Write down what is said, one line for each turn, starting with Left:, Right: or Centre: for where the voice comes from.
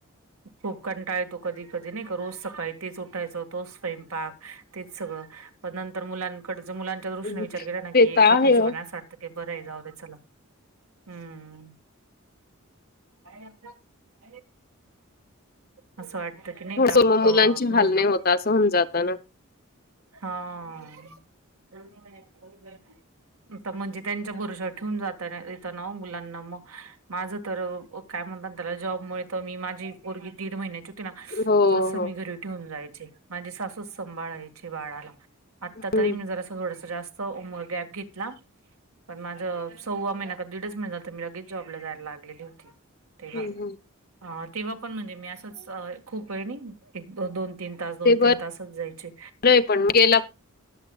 Right: खूंप कंटाळा येतो कधीं -कधीं नाहीं कां रोजं सकाळीं उठायचं तोचं स्वयंपाक तेचं सगळं पणं नंतर मुलांकड मुलांच्या दृष्टीने
Left: हम्म.
Right: विचांर केलां नां
Left: ते
Right: की एक
Left: तर आहे
Right: हिशोबांने
Left: हो
Right: असं वाटतं की बरं आहे जाऊं द्या चलां हम्मं कां असं वाटतं की नाहीं
Left: थोडस
Right: कां
Left: मग मुलांची
Right: अं
Left: हाल
Right: मुलं
Left: नाही होत असं होऊन जात ना
Right: हा, <unintelligible> त म्हणजे त्यांच्या, भरोशावर ठेवून जात येत ना, मुलांना मग माझं तर, काय म्हणत त्याला, जॉबमुळे तर मी माझी पोरगी दीड महिन्याची,
Left: हो
Right: तसं,
Left: हो
Right: मी घरी ठेवून जायची, माझी सासू सबलायची बाळाला, आत्ता,
Left: हम्म
Right: तरी मी जर असं थोडस, जास्त उम गॅप घेतला. पण, माझं सव्वा महिना का, दीडच महिना तर मी लगेच, जॉबला जायला लागलेली होती. तेव्हा-
Left: हम्म हम्म.
Right: तेव्हा पण म्हणजे मी असंच, खूप वेळ नाही एक दो दोन तीन तास, दोन,
Left: ते बरं
Right: तीन तासच जायचे.
Left: आहे पण, गेला